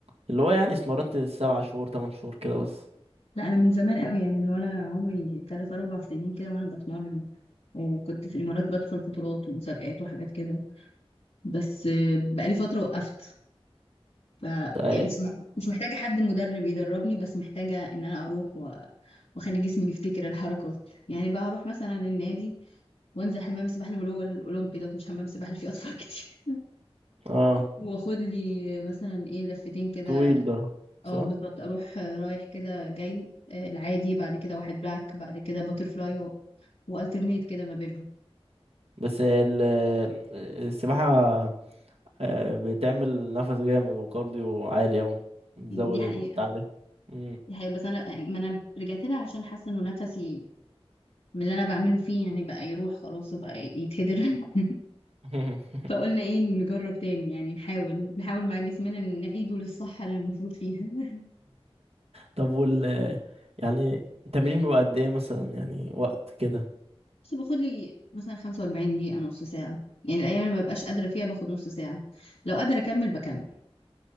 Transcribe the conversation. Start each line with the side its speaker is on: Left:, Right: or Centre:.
Right: اللي هو يعني اتمرنت سبع شهور تمن شهور كده بس
Left: لا انا من زمان قوي يعني من وانا عمري 3 4 سنين كده وانا بتمرن وكنت في الامارات بدخل بطولات ومسابقات وحاجات كده بس آه، بقالي فترة وقفت ف
Right: اه
Left: يعني مش مش محتاجة حد مدرب يدربني بس محتاجة ان انا اروح و... واخلي جسمي يفتكر الحركات يعني بقى اروح مثلا النادي وانزل حمام السباحة اللي هو الاولمبي ده مش حمام السباحة اللي فيه اطفال <laughs> كتير
Right: اه
Left: واخد لي مثلا ايه لفتين كده
Right: طويل ده
Left: اه
Right: صح
Left: بالظبط اروح آه، رايح كده جاي آه، العادي بعد كده واحد باك بعد كده باترفلاي و... والترنيت كده ما بينهم
Right: بس ال- السباحة آه، بتعمل نفس جامد وكارديو عالي أوي بتزود
Left: دي حقيقة
Right: ال- بتاع ال- مم.
Left: دي حقيقة بس انا يعني ما انا رجعت لها عشان حاسة انه نفسي من اللي انا بعمله فيه يعني بقى يروح خلاص وبقى يتهدر <laughs>
Right: <laughs>
Left: فقلنا ايه نجرب تاني يعني نحاول نحاول مع جسمنا إن نعيده للصحة اللي المفروض فيها <laughs>
Right: طب وال يعني التمرين بيبقى قد ايه مثلا يعني وقت كده
Left: بس باخد لي مثلا 45 دقيقة نص ساعة يعني الأيام اللي ما ببقاش قادرة فيها باخد نص ساعة لو قادرة أكمل بكمل